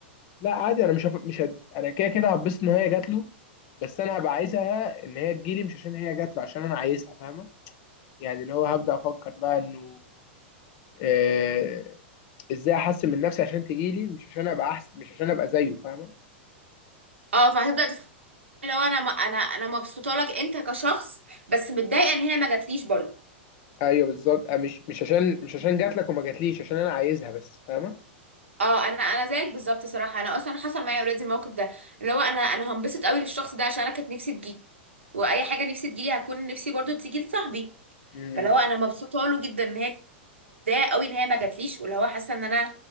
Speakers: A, on the left (about 45°); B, on the right (about 80°).
A: لا عادي انا مش هف... مش هد... انا كده كده هتبسط ان هي جات له بس انا هبقى عايزها ان هي تجيلي مش عشان هي جات له عشان انا عايزها فاهمه يعني اللي هو هبدا افكر بقى انه آه... ازاي احسن من نفسي عشان تجيلي مش عشان ابقى احسن مش عشان ابقى زيه فاهمه
B: اه فهتبدأ تفكر لو انا م- انا انا مبسوطة لك انت كشخص بس متضايقة ان هي ما جاتليش برضو
A: ايوه بالظبط أه، مش مش عشان مش عشان جات لك وما جاتليش عشان انا عايزها بس فاهمه
B: اه انا انا زيك بالظبط صراحة انا اصلا حصل معايا اوريدي الموقف ده اللي هو انا انا هنبسط قوي للشخص ده عشان انا كانت نفسي تجيلي واي حاجة نفسي تجيلي هكون نفسي برضو تيجي لصاحبي
A: امم
B: فاللي هو انا مبسوطة له جدا ان هي متضايقه قوي ان هي ما جاتليش واللي هو حاسه ان انا